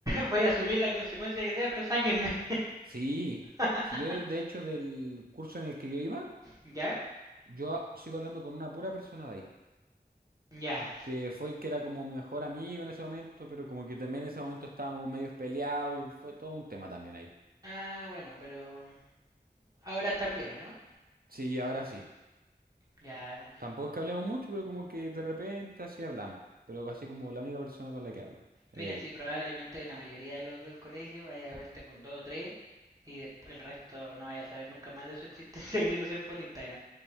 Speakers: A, on the right; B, on the right.
A: Voy a asumir la consecuencia que sea, pero sáquenme.
B: Sí,
A: <laughs>
B: si yo de de hecho del curso en el que yo iba.
A: ¿Ya?
B: Yo a- sigo hablando con una pura persona de ahí,
A: Ya.
B: que fue el que era como mi mejor amigo en ese momento, pero como que también en ese momento estábamos medios peleados y fue todo un tema también ahí.
A: Ah, bueno, pero ahora están bien, ¿o no?
B: Sí, ahora sí.
A: Ya,
B: Tampoco es que hablemos mucho, pero como que de repente así hablamos. Pero así como la única persona con la que hablo, él.
A: Mira, sí, probablemente la mayoría de los del colegio vaya a verte con dos o tres y desp- el resto no vaya a saber nunca más de su existencia <laughs> que si no sé por Instagram.